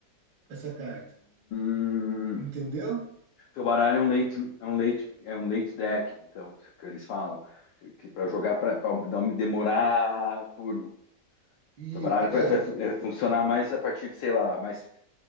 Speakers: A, on the right; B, on the left.
A: essa carta.
B: Hum.
A: Entendeu?
B: Teu baralho é um late, é um late, é um late deck, então, que eles falam. Que, que para jogar, para demorar turno.
A: E
B: Teu baralho
A: é
B: vai, vai fu- é, funcionar mais a partir de, sei lá, mais